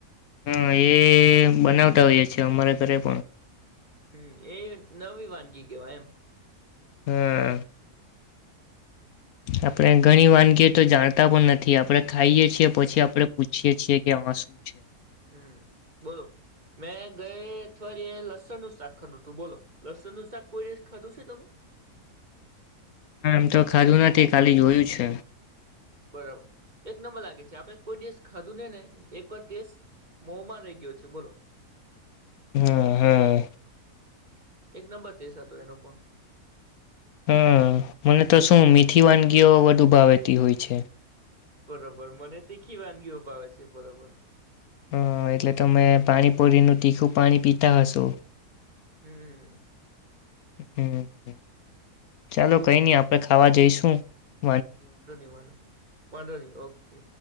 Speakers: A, on the left; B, on the right.
A: હા એ બનાવતા હોઈએ અમારા ઘરે પણ.
B: હમ એ નવી વાનગી કેવાય એમ.
A: હમ. આપણે ઘણી વાનગી તો જાણતા પણ નથી આપડણે ખાઈએ છીએ પછી આપડણે પૂછીએ છીએ કે હા શું છે.
B: હમ બોલો મેં ગયા અઠવાડિયે લસણ નું શાક ખાધું હતું બોલો લસણ નું શાક કોઈ રીતે ખાધું છે તમે.
A: હા એમ તો ખાધું નથી ખાલી જોયું છે.
B: બરાબર એક નંબર લાગે છે આપણે કોઈ દેશ ખાધું ને ને એક વાર દસ મોમાં રહી ગયો છે બોલો.
A: હમ હમ.
B: એક નંબર ટેસ્ટ હતો એનો પણ.
A: હમ મને તો શું મીઠી વાનગીઓ વધુ ભાવતી હોય છે.
B: બરોબર મને તીખી વાનગીઓ ભાવે છે બરોબર.
A: હ એટલે તમે પાણીપુરીનું તીખું પાણી પીતા હશો.
B: હમ હ.
A: હમ હમ. ચાલો કઈ નઈ આપણેે ખાવા જઈશું. હમ.
B: વા ન વા વાંધો ન ઓકે.